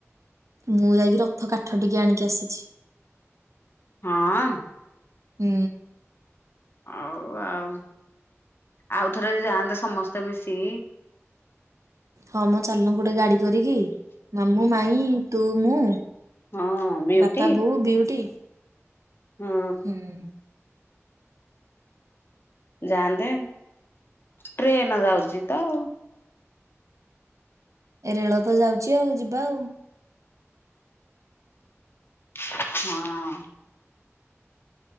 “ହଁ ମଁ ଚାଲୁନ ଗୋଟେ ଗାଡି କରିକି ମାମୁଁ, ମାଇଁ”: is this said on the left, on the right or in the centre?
Right